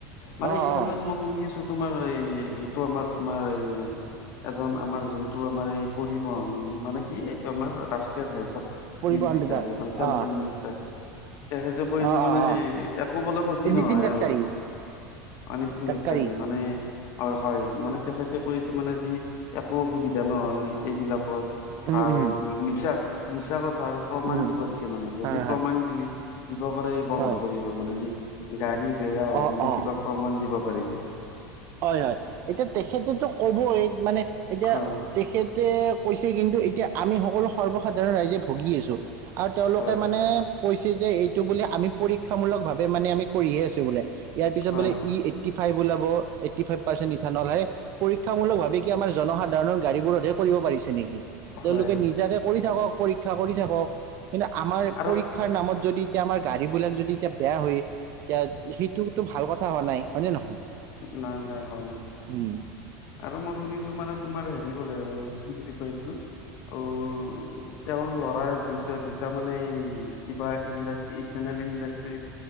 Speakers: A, on the left (about 55°); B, on the right (about 50°).
A: মানে
B: অ
A: ইথানল
B: অ
A: মই শুনি আছো তোমাৰ এই সেইটো আমাৰ তোমাৰ এজন আমাৰ যোনটো আমাৰ এই পৰিবন মানে, কি এইটো আমাৰ ৰাষ্ট্ৰীয় ঘাইপত।
B: পৰিবহণ
A: মিনিষ্টাৰ
B: বিভাগ
A: মানে চেন্ট্ৰেল
B: অ
A: মিনিষ্টাৰ। তেখেতে কৈছে
B: অ
A: মানে
B: অ অ
A: একো বোলে ক্ষতি
B: এই নীতিন
A: নহয়
B: গাডকাৰী
A: আৰু। অ', নতিন
B: গাডকাৰী
A: গডকাৰী মানে অ', হয় মানে তেখেত তেওঁ কৰিছে মানে যি একো অসুবিধা নহয় এইবিলাকত
B: উম
A: ভাল
B: উম
A: মিছা। মিছা কথা আৰু প্ৰমাণ
B: উম
A: দিব দিছে মানে যদি
B: হয় হয়
A: প্ৰমাণ দি দিব পাৰে বন্ধ
B: হয়
A: কৰী মানে যি, গাড়ী বেয়া হ'ব
B: অ
A: বুলি
B: অ
A: কিবা প্ৰমাণ দিব পাৰিলে।
B: হয়, হয়, এতিয়া তেখেতেতো কব এই মানে এতিয়া
A: হয়
B: তেখেতে। কৈছে কিন্তু, এতিয়া আমি সকলো সৰ্বসাধাৰণ ৰাইজে ভুগি আছোঁ আৰু তেওঁলোকে
A: হয় হয়
B: মানে কৈছে যে এইটো বোলে আমি পৰীক্ষামূলক ভাৱে মানে আমি কৰিহে আছোঁ বোলে। ইয়াৰ পিছত
A: হয়
B: বোলে ই এইটি, ফাইভ ওলাব এইটি ফাইভ শতাংশ ইথানল হে। পৰীক্ষামূলক ভাৱে কি আমাৰ জনসাধাৰণৰ গাড়ীবোৰতহে কৰিব পাৰিছে নেকি। তেওঁলোকে
A: হয় হয় হয়
B: নিজৰে কৰি থাকক পৰীক্ষা কৰি থাকক। কিন্তু, আমাৰ
A: আৰু
B: পৰীক্ষাৰ নামত যদি এতিয়া আমাৰ গাড়ী বোলে যদি এতিয়া বেয়া হয়। এতিয়া সেইটোতো ভাল কথা হোৱা নাই হয়নে, নহয়।
A: নাই, নাই হোৱা নাই।
B: উম'।
A: আৰু মই কিছু মানে তোমাৰ হেৰি বলে, কি বুলি কয় এইটো। অ', তেওঁৰ ল'ৰাৰ ভিতৰত দুটা মানে এ কিবা ইণ্ডা ইথানল ইণ্ডাষ্ট্ৰী।